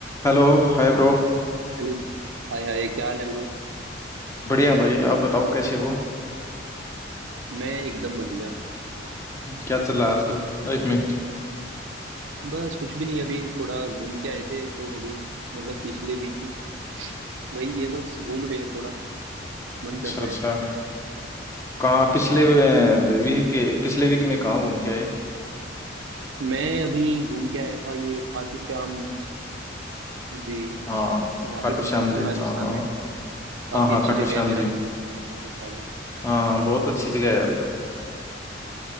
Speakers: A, on the left; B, on the right.
A: Hello hi bro
B: Hello Hi hi क्या हाल है ब्रो
A: बढ़िया भाई आप बताओ कैसे हो
B: मैं एकदम बढ़िया
A: क्या चल रहा है आजकल लाइफ में
B: बस कुछ भी नहीं अभी थोड़ा घूम के आए थे तो अभी मतलब पिछले वीक ही वही है बस घूम रहे हैं थोड़ा मन
A: अच्छा
B: कर रहा
A: अच्छा
B: है
A: कहाँ पिछले वीक के पिछले वीक में कहाँ घूम के आए
B: मैं अभी घूम के आया था ये खाटू श्याम जी
A: हाँ
B: यहाँ
A: खाटू
B: पे घूम
A: श्याम
B: रहा
A: जी
B: था राजस्थान
A: हाँ हाँ
B: में काफी
A: हाँ हाँ
B: अच्छी
A: खाटू
B: जगह
A: श्याम
B: है मेरा
A: जी
B: तो मन भी लगा था बहुत ज्यादा
A: हाँ हाँ बहुत अच्छी जगह है यार